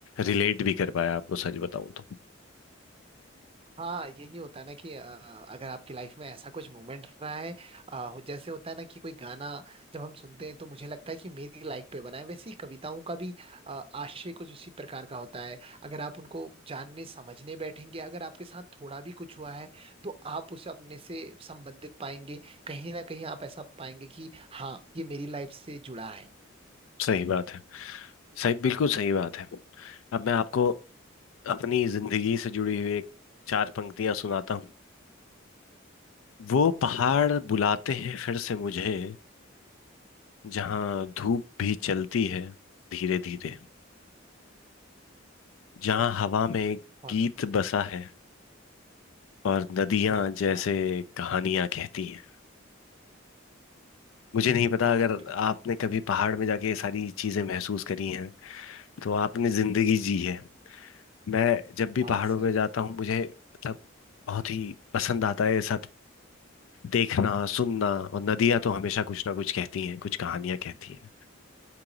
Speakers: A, on the left; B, on the right.
A: रिलेट भी कर पाया आपको सच बताऊं तो
B: हाँ यही होता है ना कि अ, अगर आपकी लाइफ में ऐसा कुछ मोमेंट रहा है अ, हो- जैसे होता है ना कि कोई गाना जब हम सुनते हैं तो मुझे लगता है कि मेरी लाइफ पे बना है वैसे ही कविताओं का भी अ, आशय कुछ इसी प्रकार का होता है अगर आप उनको जानने समझने बैठेंगे अगर आपके साथ थोड़ा भी कुछ हुआ है तो आप उसे अपने से संबंधित पाएंगे कहीं ना कहीं आप ऐसा पाएंगे कि हाँ ये मेरी लाइफ से जुड़ा है
A: सही बात है सही बिल्कुल सही बात है अब मैं आपको अपनी जिंदगी से जुड़ी हुई एक चार पंक्तियां सुनाता हूँ वो पहाड़ बुलाते हैं फिर से मुझे जहाँ धूप भी चलती है धीरे धीरे जहाँ हवा में एक
B: बहुत
A: गीत बसा है और नदियां
B: बहुत
A: जैसे
B: प्यारा
A: कहानियां कहती हैं मुझे नहीं पता
B: बहुत
A: अगर
B: प्यारा
A: आपने कभी पहाड़ में जाके ये सारी चीजें महसूस करी हैं तो आपने जिंदगी जी है मैं जब भी
B: बहुत
A: पहाड़ों
B: सही
A: में जाता हूँ मुझे मतलब बहुत ही पसंद आता है ये सब देखना सुनना और नदियां तो हमेशा कुछ ना कुछ कहती हैं कुछ कहानियां कहती हैं